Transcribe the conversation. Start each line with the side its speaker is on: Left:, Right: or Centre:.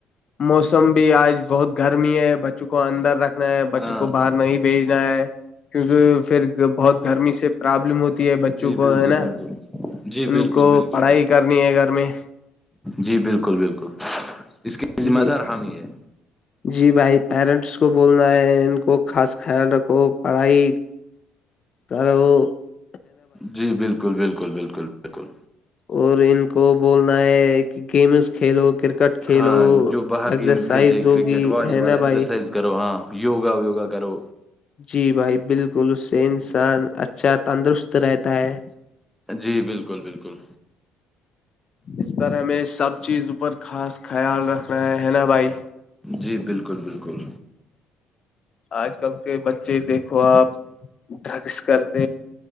Left: موسم بھی آج بہت گرمی ہے بچوں کو اندر رکھنا ہے بچوں
Centre: ہاں
Left: کو ب نہیں بھیجنا ہے کیونکہ پھر بہت گرمی سے پرابلم ہوتی ہے بچوں
Centre: جی
Left: کو
Centre: بالکل
Left: ہے نا
Centre: بالکل جی بالکل
Left: ان کو
Centre: بالکل
Left: پڑھائی
Centre: بالکل
Left: کرنی ہے گھر میں
Centre: جی بالکل بالکل اس کی ذمہ
Left: جی
Centre: دار حام ہی ہے
Left: جی بھائی پیرنٹس کو بولنا ہے ان کو خاص خیال رکھو پڑھائی تار وہ <unintelligible>
Centre: جی بالکل بالکل بالکل بالکل
Left: اور ان کو بولنا ہے کہ گیمز کھیلو کرکٹ کھیلو
Centre: ہاں جو باہر
Left: ایکسرسائز
Centre: گیمز کھیلتے ہیں
Left: ہوگی
Centre: کرکٹ والی
Left: ہے نا
Centre: بال ایکزرسائز
Left: بھائی
Centre: کرو ہاں یوگا یوگا کرو
Left: جی بھائی بالکل اس سے انسان اچھا تندرست رہتا ہے
Centre: جی بالکل بالکل
Left: اس پر ہمیں سب چیز پر خاص خیال رکھنا ہے ہے نا بھائی
Centre: جی بالکل بالکل
Left: آج کل کے بچے دیکھو آپ ڈرگس کر پ